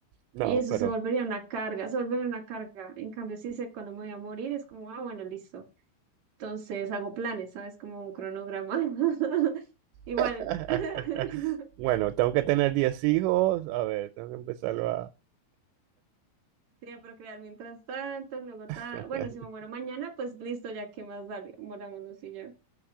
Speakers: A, on the right; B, on the right.
A: No,
B: Y eso
A: pero
B: se volvería una carga, se volvería una carga. En cambio, si sé cuándo me voy a morir, es como, ah, bueno, listo. Entonces hago planes, ¿sabes? Como un cronograma. <laughs> Igual,
A: <laughs>
B: <laughs>
A: bueno, tengo que tener 10 hijos. A ver, tengo que empezarlo a...
B: Sí, a procrear mientras tanto, luego ta...
A: <laughs>
B: Bueno, si me muero mañana, pues listo, ya qué más da, morámonos y ya.